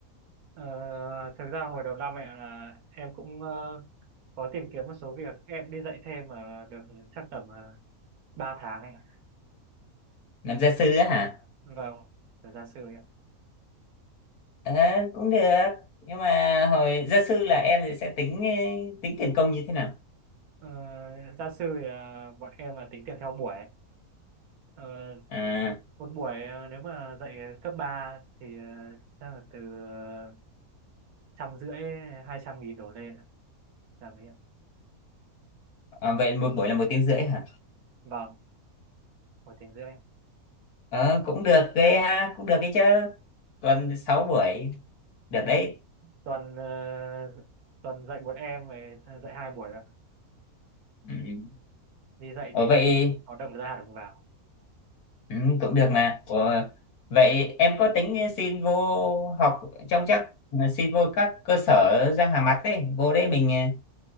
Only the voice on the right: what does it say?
Ờ, thực ra hồi đầu năm ấy là em cũng ờ, có tìm kiếm một số việc em đi dạy thêm ở được chắc tầm uh, 3 tháng anh ạ
vâng giờ ra sư
Ờ, gia sư thì ờ, bọn em là tính tiền theo buổi Ờ,
một buổi ờ, nếu mà dạy cấp 3 thì uh, chắc là từ ờ, trăm rưỡi hai trăm nghìn đổ lên ạ. là mấy ạ
vâng một tiếng rưỡi
tuần ờ, tuần dạy một em về ờ, dạy hai buổi ạ
đi dạy
thì
có đồng ra đồng vào